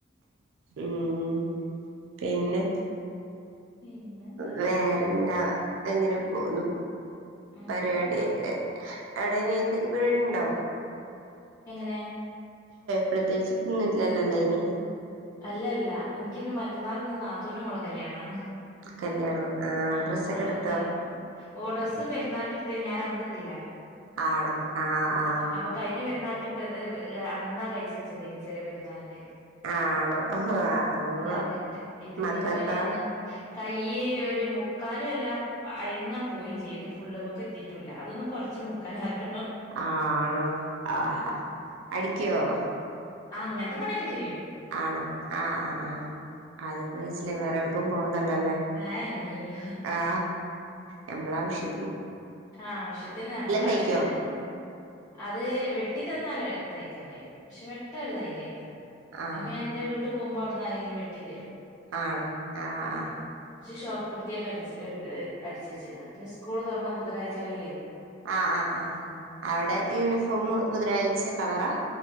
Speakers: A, on the right; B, on the left.
A: ഉം പിന്നെ
B: പിന്നെന്താ
A: വേറെന്താ എങ്ങനെ പോവുന്നു
B: ഉം
A: പര്പാടി എ അവിടെ ഇനി എന്തെങ്കി പരിപാടി ണ്ടോ
B: എങ്ങനെ
A: പ്രത്യേകിച്ച്പ്പൊന്നും ഇല്ലല്ലല്ലേ ഇനി
B: അല്ല അല്ല ൻക്കിഞ്ഞ് മറ്റന്നാൾ ഇന്ന നാത്തൂന്റെ മോളെ കല്യാണണ്
A: കല്യാണം
B: ആ
A: ഡ്രസ്സൊക്കെ
B: നാളന
A: എടുത്തോ
B: അവടെ പോ ഓ ഡ്രസ്സ് പെരുന്നാക്കട്ത്ത് ഞാൻ അന്നിട്ടിലാ
A: ആണോ ആ ആ
B: അപ്പൊ കഴിഞ്ഞ പെരുന്നാക്ക്ട്ടത് അന്നാ കഴിച്ച ചെറിന് ചെറിയ പെര്ന്നാളിന്റെ
A: ആണോ ഹ വ അതിപ്പോ
B: അതിട്ട് ഇതിനിപ്പ
A: മക്കക്കാേ
B: ഇനി ഒന്ന് കയ്യ് ഒര് മുക്കാലു അല്ലാ അയ്ന്നാ ണ്ട് പോയിം ചെയ്ത് ഫുള്ള്മക്കെത്തിട്ടൂല്ല അതൊന്ന് കൊറച്ച് മുക്കാലാക്ക
A: ആണോ ആഹാ അടിക്ക്യാേ
B: ആ അങ്ങൻത്തെ പണിയൊക്കെ ചെയ്യൂ
A: ആണോ ആ ആ ആ അതെന്നയ്ച്ച്ലച്ചയ് വേറെ എവിടെക്കും പോ ണ്ടല്ലോല്ലേ
B: ഏഹ് ഇല്ല ഇല്ല
A: ആ നമ്മളെ ആവശ്യ
B: ആ ആവശ്യത്തിന് നമ്മളെ ആവശ്യത്തിന്
A: തയ്ക്കോ
B: അത് വെട്ടി തന്നാല് തയ്ക്കാൻ കയ്യും പക്ഷെ വെട്ടാൻ ഒര് ധൈര്യല്ല
A: ആഹ്
B: അപ്പ ഞാൻ ന്റെ വ് ട്ട പോകുമോവിടന്നാരങ്കും വെട്ടി തരും
A: ആണോ ആഹ ആഹ
B: ഷോട്ട് കുർതി അടിച് <unintelligible> അടിച്ചുവെച്ച്ക്ണ് സ്കൂള് തോറന്നാൽ ബുധലാഴ്ചകളല്ലേ
A: ആഹ ആ ആ അവിടെ യൂണിഫോമ ബുധനാഴ്ച കളറാ